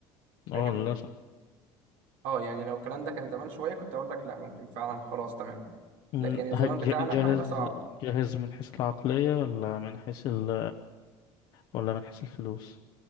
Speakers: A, on the right (about 80°); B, on the left (about 50°).
A: فاهم
B: اه للأسف
A: اه يعني لو الكلام ده كان زمان شوية كنت اقول لك لا ممكن فعلا خلاص تمام
B: من
A: لكن الزمان
B: ه- ج-
A: بتاعنا
B: جاهز
A: احنا هيبقى صعب
B: جاهز من حيث العقلية ولا من حيث ال... ولا من حيث الفلوس